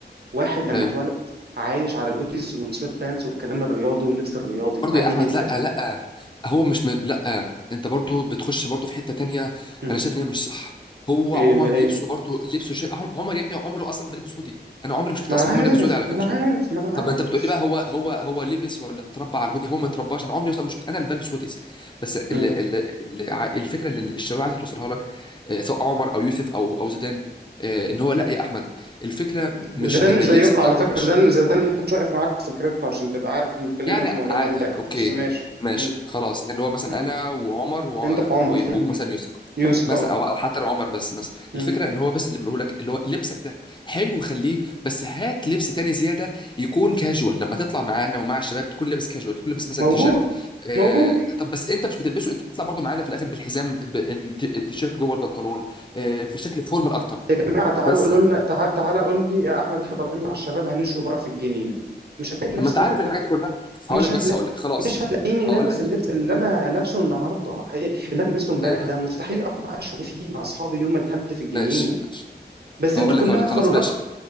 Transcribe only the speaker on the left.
<clears throat>
ايوه
برضه
يا احمد
لا لا هو مش م... لا انت برضه بتخش برضه في حته تانية
انا شايف ان هي مش صح هو
عمر
لبسه برضه لبسه شيء عم- عمر يا ابني عمره اصلا ما لبس هودي انا عمري ما شفت
اصلا
عمر لابس هودي على
فكره
طب ما انت بتقول لي بقى هو هو هو لبس ولا اتربى على الهودي هو ما اترباش انا عمري اصلا ما شفت انا اللي بلبس هوديز بس ال
ال ال الفكره اللي الشباب عايزه توصلها لك آه، سواء عمر او يوسف او او زيدان آه، ان هو لا يا احمد الفكره
مش ان
اللبس
بتاعك
وحش
يعني
عادي
اوكي
ماشي
خلاص اللي هو مثلا
انا وعمر وع-
و-
ومثلا يوسف
مثلا
او أو حتى لو عمر بس مثلا
الفكره ان هو بس اللي بنقول لك اللي هو لبسك ده حلو خليه بس هات لبس تاني زياده يكون كاجوال لما تطلع معانا ومع الشباب تكون لابس كاجوال تكون لابس مثلا
تيشيرت آه
طب بس انت مش بتلبسه انت بتطلع برضو معانا في الاخر بالحزام ب- الت- التيشيرت جوه البنطلون آه في شكل فورمال اكتر
بس
يعني
آه.
طب ما انت
عارف
الحاجات دي كلها هقول
لك
بس هقول لك خلاص
هقول
لك
ايوه
أيوة.
ماشي ماشي
هقول
لك هقول لك
خلاص ماشي